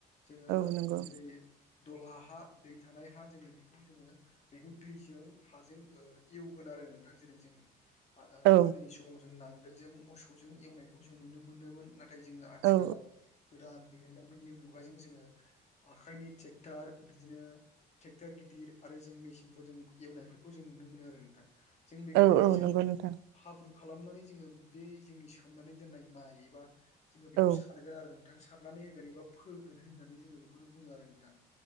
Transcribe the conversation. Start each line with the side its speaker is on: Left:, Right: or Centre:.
Left: जोङो
Right: औ नंगौ
Left: जेरै दलहा हा दै थानाय हा जोङो बेखौ जोङो बेखौ दैजों हाजों एवगोन आरो नोंथां जेरै जों ओ
Right: औ
Left: गोदोनि समाव जों नांगोलजों मोसौजों एवनायखौ जों नुनो मोनोमोन नाथाय। नाथाय जोङो आथिखालाव
Right: औ
Left: गोदान बिरोंदामिनि मुगाजों जोङो आखाइनि ट्रेक्टार बिदिनो ओ ट्रेक्टर गिदिर आरो जों मेचिनफोर जों एवनायफोरखौ जों नुनो मोनो आरो नोंथां जों बेखौ
Right: औ
Left: दैजों
Right: औ नंगौ नोंथां
Left: हाब्रु खालामनानै जोङो बे जोंनि सोमनानै दोननाय माइ एबा जोङो बेखौ
Right: औ
Left: सारगोन आरो। नोंथां सारनानै होगोन एबा फोगोन होननानै जोङो बेखौनो बुङो आरो नोंथां